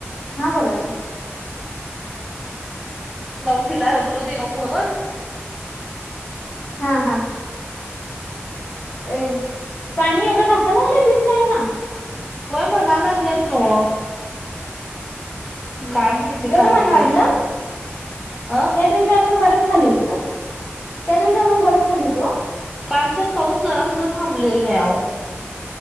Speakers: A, on the left; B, in the centre.
A: हा बोला की.
B: लावून दिला बोलू दिना फोनवर.
A: हा हा. अ पाणी एवढं घासाय लागलंय बीडचाराला?
B: व्हय म्हणाय लागल्यात नव.
A: हम्म
B: काय
A: हम्म,
B: माहिती
A: एवढं
B: काय
A: पाणी
B: होतंय.
A: वाढलं
B: अ
A: त्या दिवशी अजून बरच खाली हुत. त्या दिवशी अजून बरच खाली होतं व.
B: कालच्यानं पाऊस जरासुद्धा थांबलेला नाही अहो.